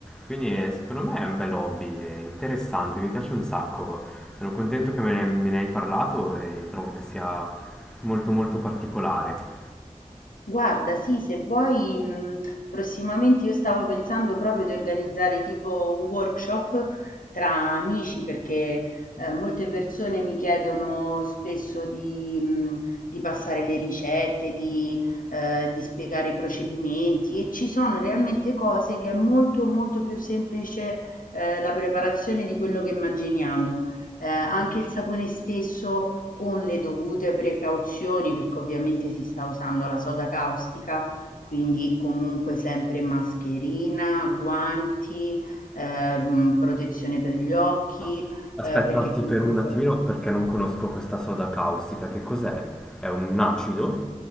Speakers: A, in the centre; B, on the left.
A: Quindi eh, secondo me è un bel hobby, è interessante, mi piace un sacco. Sono contento che me ne, me ne hai parlato e trovo che sia molto molto particolare.
B: Guarda, sì, se vuoi, mh, prossimamente io stavo pensando proprio di organizzare tipo un workshop tra amici perché eh, molte persone mi chiedono spesso di, mh, di passare le ricette, di, eh, di spiegare i procedimenti e ci sono realmente cose che è molto molto più semplice eh, la preparazione di quello che immaginiamo. Eh, anche il sapone stesso con le dovute precauzioni, perché ovviamente si sta usando la soda caustica, quindi comunque sempre mascherina, guanti, ehm, protezione per gli occhi,
A: Ma aspetta,
B: eh, perché
A: ti
B: comunque
A: fermo un attimino perché non conosco questa soda caustica. Che cos'è? È un acido?